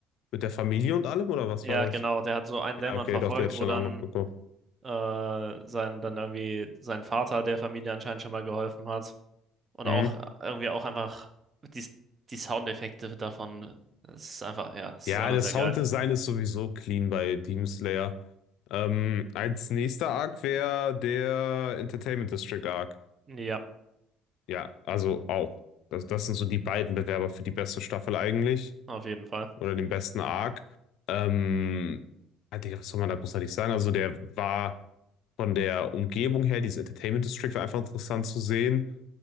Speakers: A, on the left; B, on the right.
A: Mit der Familie und allem, oder was
B: Ja,
A: war das?
B: genau, der hat so einen Dämon
A: Ja, okay,
B: verfolgt,
A: doch, die hatte ich
B: wo
A: dann
B: dann
A: auch noch geguckt.
B: äh, sein, dann irgendwie sein Vater der Familie anscheinend schon mal geholfen hat. Und
A: Mhm.
B: auch irgendwie auch einfach die, die Soundeffekte davon. Es ist einfach, ja, es
A: Ja,
B: ist einfach
A: das
B: sehr
A: Sounddesign
B: geil.
A: ist sowieso clean bei Demon Slayer. Ähm, als nächster Arc wäre der Entertainment District Arc.
B: Ja,
A: Ja, also auch. Also das sind so die beiden Bewerber für die beste Staffel eigentlich.
B: auf jeden Fall.
A: Oder den besten Arc. Ähm, ah, Digga, was soll man da großartig sagen? Also der war von der Umgebung her, dieses Entertainment District war einfach interessant zu sehen.